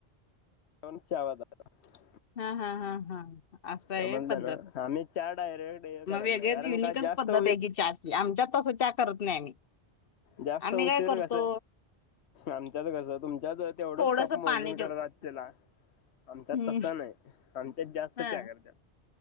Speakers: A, on the left; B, on the left.
A: वणच्यावा द <unintelligible>
B: हा, हा, हा, हा. असं आहे
A: समजलं
B: पद्धत
A: ना आम्ही चार डायरेक्ट हे करत
B: मग वेगळेच
A: नाही कारण
B: युनिकच
A: का जास्त
B: पद्धत
A: उ
B: आहे की चाहची आमच्या तस चा करत नाही आम्ही.
A: जास्त
B: आम्ही
A: उशीर
B: काय करतो
A: कस आमच्यात कस तुम त तेवढंच
B: थोडस
A: कप मोजून
B: पाणी ठेवतो
A: करत आजचेला. आमच्यात
B: हम्म
A: तसं नाही आमच्यात जास्त
B: हा
A: चहा घेत्यात.